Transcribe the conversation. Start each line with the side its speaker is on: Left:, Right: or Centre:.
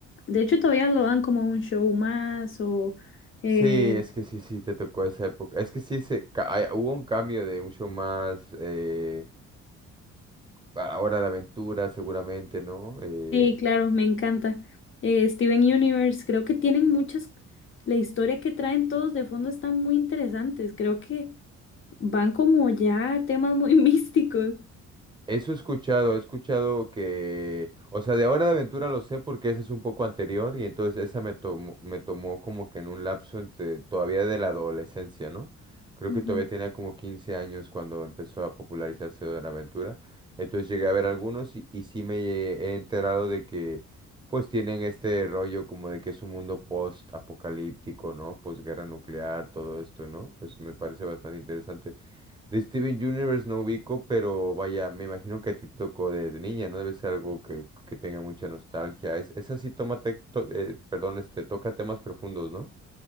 Left: De hecho, todavía lo dan como un show más o... eh,
Right: Sí, es que sí, sí, te tocó esa época. Es que sí, se, ca- hay- hubo un cambio de mucho más, eh, ahora de aventura seguramente, ¿no? Eh,
Left: sí, claro, me encanta. Eh, Steven Universe, creo que tienen muchas... La historia que traen todos de fondo están muy interesantes. Creo que van como ya a temas muy <laughs> místicos.
Right: Eso he escuchado, he escuchado que, o sea, de Hora de Aventura lo sé porque esa es un poco anterior y entonces esa me tomó, me tomó como que en un lapso entre, todavía de la adolescencia, ¿no? Creo
Left: Ujú.
Right: que todavía tenía como 15 años cuando empezó a popularizarse Hora de Aventura. Entonces llegué a ver algunos y, y sí me he enterado de que pues tienen este rollo como de que es un mundo post-apocalíptico, ¿no? Posguerra nuclear, todo esto, ¿no? Pues me parece bastante interesante. De Steven Universe no ubico, pero vaya, me imagino que a ti te tocó de, de niña, ¿no? Debe ser algo que, que tenga mucha nostalgia. Es, es así, tómate, to- eh, perdón, este, toca temas profundos, ¿no?